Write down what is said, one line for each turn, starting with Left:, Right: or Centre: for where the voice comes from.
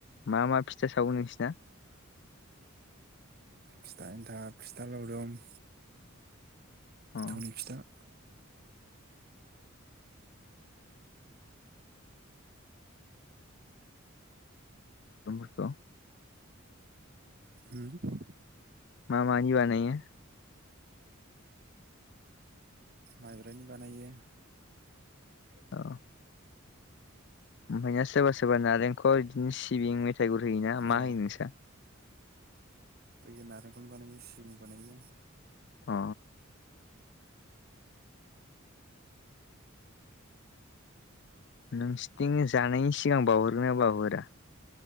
Left: मा मा फिथा सावो नोंसिना?
Right: फिथा एन्था फिथा लावदुम।
Left: अ
Right: थावनि फिथा।
Left: <unintelligible>
Right: होम।
Left: मा मानि बानायो?
Right: माइब्रनि बानायो।
Left: औ। ओमफ्राय ना सोरबा सोरबा नारेंखल बिदिनो सिबिं मेथाइ गुर होयोना।
Right: अ
Left: मा होयो नोंसा?
Right: ओयो नारेंखलनि बानायो सिबिं बानायो।
Left: अ। नोंसोरथिं जानायनि सिगां बावहरगोन ना बावहरा?